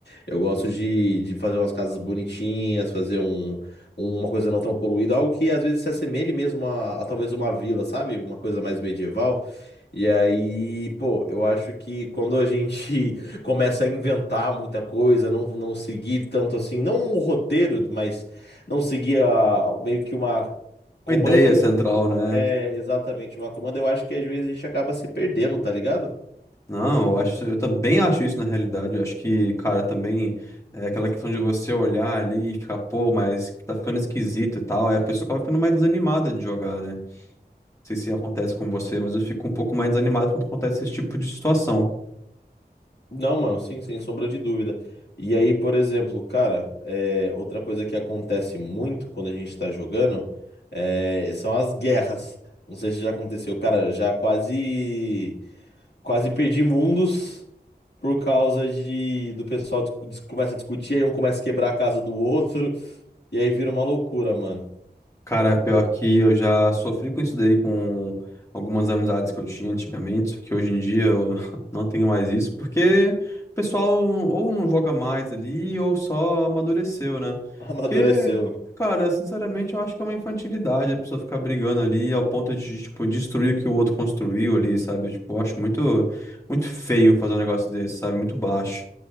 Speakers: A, on the left; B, on the left.
A: Eu gosto de, de fazer umas casas bonitinhas, fazer um, uma coisa não tão poluída, algo que às vezes se assemelhe mesmo a, a talvez uma vila, sabe? Uma coisa mais medieval. E aí, pô, eu acho que quando a gente <laughs> começa a inventar muita coisa, não, não seguir tanto assim, não um roteiro, mas não seguir a- meio que uma comanda.
B: Uma ideia central, né?
A: É, exatamente, uma comanda. Eu acho que às vezes a gente acaba se perdendo, tá ligado?
B: Não, eu acho, eu também acho isso na realidade. Eu acho que, cara, também é aquela questão de você olhar ali e ficar, pô, mas tá ficando esquisito e tal. Aí a pessoa acaba ficando mais desanimada de jogar, né? Não sei se acontece com você, mas eu fico um pouco mais desanimado quando acontece esse tipo de situação.
A: Não, mano, sim, sem sombra de dúvida. E aí, por exemplo, cara, é, outra coisa que acontece muito quando a gente tá jogando é, são as guerras. Não sei se já aconteceu, cara, já quase. Quase perdi mundos por causa de do pessoal dis- dis- começa a discutir, aí um começa a quebrar a casa do outro, e aí vira uma loucura, mano.
B: Cara, pior que eu já sofri com isso daí com algumas amizades que eu tinha antigamente, só que hoje em dia eu <laughs> não tenho mais isso, porque o pessoal ou não joga mais ali ou só amadureceu, né?
A: <laughs> Amadureceu.
B: Porque, cara, sinceramente eu acho que é uma infantilidade a pessoa ficar brigando ali ao ponto de, tipo, destruir o que o outro construiu ali, sabe? Tipo, eu acho muito, muito feio fazer um negócio desse, sabe? Muito baixo.